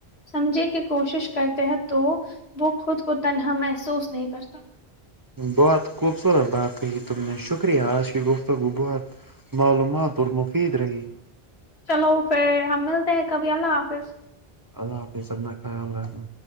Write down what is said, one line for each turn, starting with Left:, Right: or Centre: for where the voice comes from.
Left: سمجھنے کی کوشش کرتے ہیں تو وہ خود کو تنہا محسوس نہیں کرتا
Right: بہت خوبصورت بات کہی تم نے شکریہ آج کی گفتگو بہت معلومات اور مفید رہی
Left: چلو پھر ہم ملتے ہیں کبھی اللہ حافظ
Right: اللہ حافظ اپنا خیال رکھنا